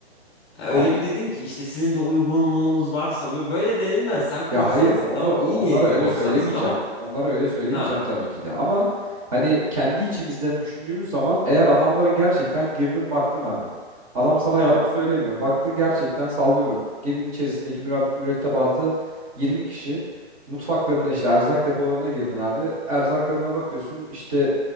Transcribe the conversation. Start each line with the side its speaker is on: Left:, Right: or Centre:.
Left: Ha, Öyle
Right: Abi
Left: bir dedin ki işte sizin de uygunluğunuz varsa böyle böyle denilmez. Sen korsansın.
Right: Ya hayır onu
Left: tam iyi
Right: onlara
Left: niyetli
Right: öyle
Left: korsansın
Right: söylemeyeceğim.
Left: ama
Right: Onlara öyle söylemeyeceğim
Left: ha
Right: tabii ki de ama hani kendi içimizden düşündüğümüz zaman eğer adamların gerçekten girdin baktın abi. Adam sana
Left: tamam.
Right: yalan söylemiyor. Baktın gerçekten sallıyorum. Geminin içerisindeki müra- mürettebatı 20 kişi. Mutfaklarına işte erzak depolarına girdin abi. Erzaklarına bakıyorsun işte